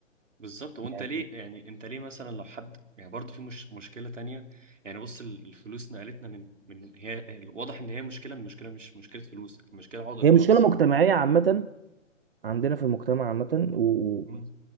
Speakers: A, on the right; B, on the right.
A: بالظبط وانت
B: يعني
A: ليه يعني انت ليه مثلا لو حد يعني برضه في مش مشكله تانية يعني بص ال- الفلوس نقلتنا من من هي واضح ان هي مشكله من مشكله مش مشكله فلوس المشكله عقده
B: هي مشكله
A: نقص
B: مجتمعيه عامه عندنا في المجتمع عامه و... و-
A: مم،